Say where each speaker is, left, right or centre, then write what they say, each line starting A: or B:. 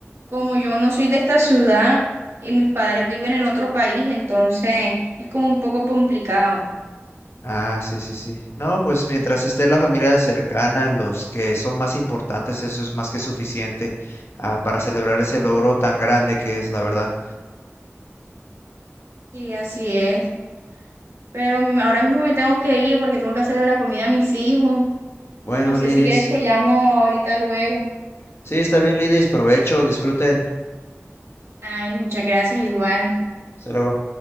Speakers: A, on the right; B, on the left.
A: como yo no soy de esta ciudad y mis padres viven en otro país, entonces es como un poco complicado.
B: Ah, sí, sí, sí. No, pues mientras esté la familia cercana, los que son más importantes, eso es más que suficiente, ah, para celebrar ese logro tan grande que es, la verdad.
A: Sí, así es. Pero ahora mismo me tengo que ir porque tengo que hacerle la comida a mis hijos.
B: Bueno,
A: Entonces, no sé
B: Lidis.
A: si quieres te llamo ahorita luego.
B: Sí, está bien, Lidis. Provecho, disfruten.
A: Ay, muchas gracias igual.
B: Hasta luego.